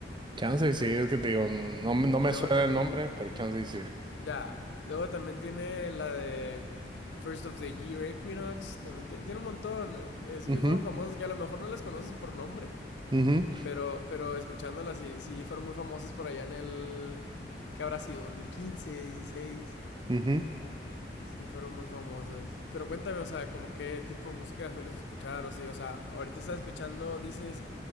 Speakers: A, on the right; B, on the left.
A: chance y sí,
B: fue...
A: es que te digo, no,
B: Sí,
A: no me no
B: y
A: me
B: luego
A: suena
B: también
A: el nombre,
B: tiene...
A: pero chance y sí.
B: Ya, luego también tiene la de First of the Year Equinox. También tiene, tiene un montón. eh, Así
A: Ujú,
B: que fueron famosas que a lo mejor no las conoces por nombre,
A: ujú,
B: pero, pero escuchándolas sí, sí fueron muy famosas por allá en el... ¿Qué habrá sido? 2015, dieciséis.
A: ujú.
B: Sí, fueron muy famosas. Pero cuéntame, o sea, como qué tipo de música sueles escuchar o así. O sea, ahorita estás escuchando, dices,